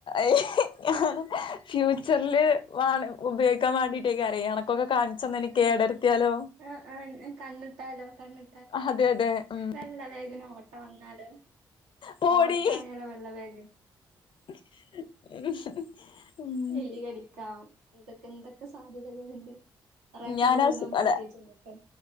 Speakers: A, on the left (about 55°); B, on the right (about 85°).
A: <unintelligible> ഫ്യൂച്ചറിൽ വ ഉപയോഗിക്കാൻ വേണ്ടിട്ട് അയിക്കാരേം ഇ പോ ഒക്കെ കാണിച്ചന്നതിന്
B: ആ
A: കേടരുത്തിയാലോ
B: ആ ആ കണ്ണിട്ടാലോ കണ്ണ്
A: അതെ അതെ ഉം
B: വെളള ബേഗിന് ഓട്ടവന്നല്
A: പോടി
B: ഒട്ടായാലോ വെള്ളബേഗ്
A: <unintelligible>
B: എലി കടിക്കാം എന്തൊക്കെ എന്തൊക്കെ സാധ്യതകൾ ഉണ്ട്. റാക്കിന്റെ
A: ഞാനാ
B: മേൾന്ന്അത്
A: സു
B: മാറ്റിയ
A: അല്ല
B: വെച്ചെന്ന